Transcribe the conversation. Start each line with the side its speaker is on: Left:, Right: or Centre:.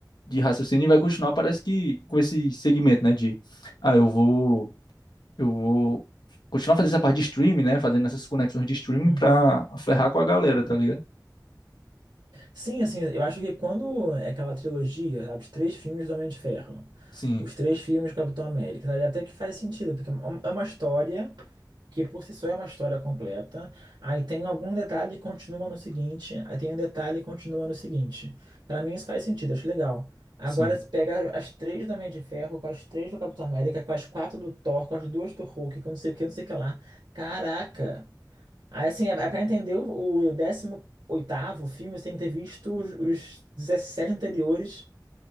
Left: de raciocínio e vai continuar, parece que com esse segmento, né? De, ah, eu vou, eu vou continuar fazendo essa parte de streaming, né? Fazendo essas conexões de streaming
Right: Uhum.
Left: para ferrar com a galera, tá ligado?
Right: Sim, assim, eu acho que quando é aquela trilogia, sabe, os três filmes do Homem de Ferro,
Left: Sim,
Right: os três filmes do Capitão América, sabe, até que faz sentido, porque é uma é uma história que por si só é uma história completa. Aí tem algum detalhe e continua no seguinte, aí tem um detalhe e continua no seguinte. Pra mim isso faz sentido, acho legal. Agora
Left: sim.
Right: se pega as três do Homem de Ferro, com as três do Capitão América, com as quatro do Thor, com as duas do Hulk, com não sei o que, não sei o que lá. Caraca! Aí assim, é é pra entender o o 18º filme, você tem que ter visto os, os 17 anteriores.